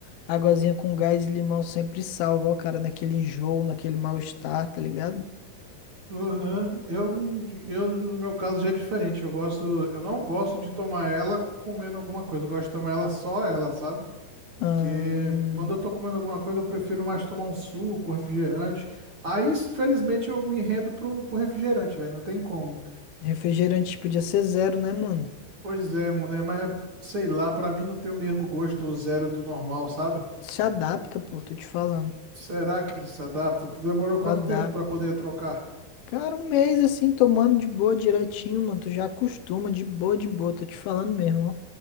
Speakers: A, on the left; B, on the right.
A: a águazinha com gás e limão sempre salva, ó, cara, naquele enjoo, naquele mal-estar, tá ligado?
B: Aham. Eu, eu, no meu caso, já é diferente. Eu gosto, eu não gosto de tomar ela comendo alguma coisa. Eu gosto de tomar ela só ela, sabe?
A: Ahn,
B: Porque quando eu tô comendo alguma coisa, eu prefiro mais tomar um suco, um refrigerante. Aí, felizmente, eu me rendo pro, pro refrigerante, velho. Não tem como.
A: refrigerante podia ser zero, né, mano?
B: Pois é, mano, né? Mas sei lá, pra mim não tem o mesmo gosto o zero do normal, sabe?
A: Se adapta, pô, tô te falando.
B: Será que se adapta? Tu demorou quanto
A: Adapta.
B: tempo pra poder trocar?
A: Cara, um mês assim, tomando de boa direitinho, mano. Tu já acostuma, de boa, de boa. Tô te falando mesmo, ó.